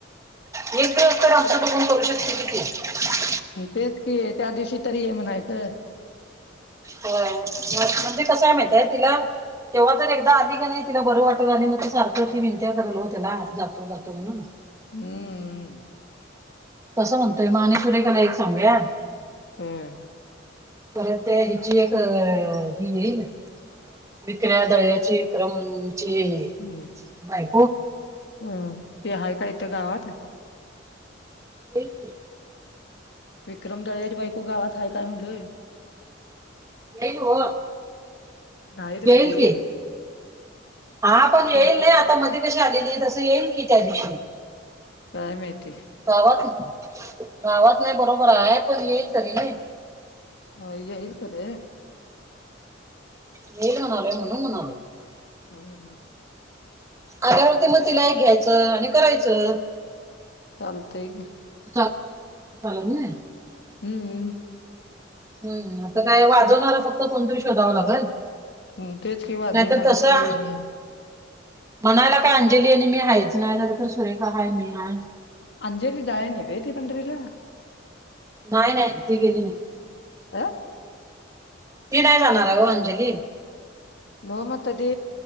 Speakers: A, on the right; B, on the left.
A: एक दिवस तर आमच बघून करू शकते कि ती
B: तेच कि त्या दिवशी तरी ये म्हणायचं.
A: होय म्हणजे कस आहे माहितय तिला तेव्हा जर एकदा आली का नाही तिला बरं वाटल आणि मग ते सारखं ती मिंत्या करल त्याला जातो जातो म्हणून
B: हम्मम
A: तसं म्हणतोय म मा आणि तुरेखाला एक सांगूया.
B: हम्
A: परत त्या हिची एक ही येईल. विक्र्या दळ्याची क्रमची
B: हम्म
A: बाय
B: अ तेीहाय काथ गावात.
A: देचील
B: विक्रम दळ्यारी बायकू गावात आहे काय म्हणलय.
A: येईल हो
B: नाहीत
A: येईल
B: ग ते
A: की हा पण येईल
B: ते
A: नाही आता आता मध्ये कशी आलेली आहे तसं येईल की त्या दिवशी
B: काय माहीती.
A: गावात गावात नाही बरोबर आहे पण येईल तरी नाही.
B: ह येईल खर.
A: ये म्हणाले म्हणून म्हणाले.
B: हो
A: आल्यावर ती मग तिला एक घ्यायचं आणि करायचं.
B: चालतय की?
A: च झाला ना.
B: हम्मम.
A: हम्म आता काय वाजवणारला फक्त कोणतरी शोधावं लागेल.
B: हम तेच कि वा
A: नाहीतर
B: जेवणारच
A: तसं
B: कि आहे.
A: म्हणायला का अंजली आणि मी हायच नाही जर तर सुरेखाय मी हा
B: अंजली दाय नि ववेदी पणरीला
A: नाही नाही ती गेली नाही.
B: अं
A: ती नाही जाणार आहे हो अंजली
B: लोमतदी